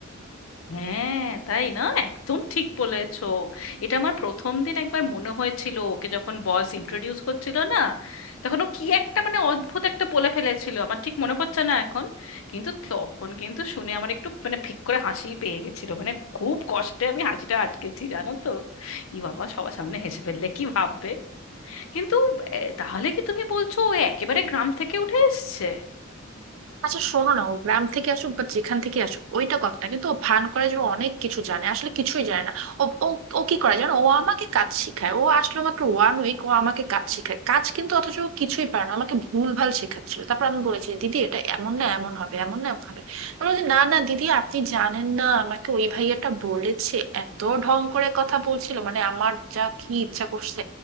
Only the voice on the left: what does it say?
হ্যাঁ তাই না একদম ঠিক বলেছো এটা আমার প্রথম দিন একবার মনে হয়েছিল ওকে যখন বস ইন্ট্রোডিউস করছিল না তখন ও কি একটা মানে অদ্ভুত একটা বলে ফেলেছিল আমার ঠিক মনে পড়ছে না এখন কিন্তু তখন কিন্তু শুনে আমার একটু মানে ফিক করে হাসি পেয়ে গেছিল মানে খুব কষ্টে আমি হাসিটা আটকেছি জানো তো ই বাবা সবার সামনে হেসে ফেললে কি ভাববে কিন্তু এ, তাহলে কি তুমি বলছো ও একেবারে গ্রাম থেকে উঠে এসছে